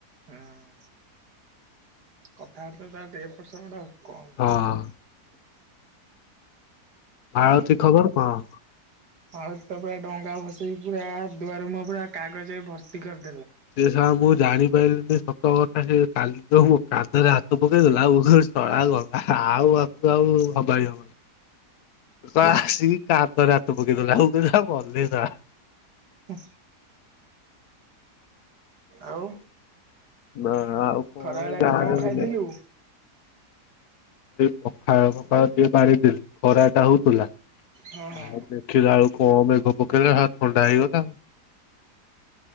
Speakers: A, on the right (about 80°); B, on the left (about 70°).
A: ହଁ କଥାବାର୍ତ୍ତା ତାର ଟିକେ ଏପଟସେପଟ ଆଉ କଣ
B: ହଁ
A: କରିବା।
B: ଆଳତି ଖବର କଣ?
A: ଆଳତୀ ତ ପୁରା ଡଙ୍ଗା ଭସେଇକି ପୁରା ଦୁଆର ମୁହଁ ପୁରା କାଗଜରେ ଭର୍ତ୍ତି କରିଦେ
B: ସେ ଶଳାଙ୍କୁ ଜାଣିପାରିଲିନି ସତ କଥା ସେ କାଲି ଯୋଉ ମୋ କାନ୍ଧରେ ହାତ ପକେଇଦେଲା ମୁଁ କହିଲି <unintelligible> ଗଲା ଆଉ ଆକୁ ଆଉ ସମ୍ଭାଳି ହବନି। <unintelligible> ଆସିକି ତା ହାତରେ ହାତ ପକେଇଦେଲା ମୁଁ କହିଲି ମଲି। <unintelligible>
A: ହୁଁ ଆଉ
B: ନା ଆଉ
A: ଖରାବେଳେ
B: ଏଇଟା
A: ଆଜି କଣ
B: ଗୋଟେ
A: ଖାଇଥିଲୁ?
B: ପଖାଳ ଫଖାଳ ଟିକେ ବାଢ଼ିଦେଲି ଖରା ଟା ହଉଥିଲା।
A: ହଁ ହଁ
B: ଆଉ ଦେଖିଲ ଆଉକୁ କ ମେଘ ପକେଇଲା ସ ଥଣ୍ତା ହେଇଗଲା।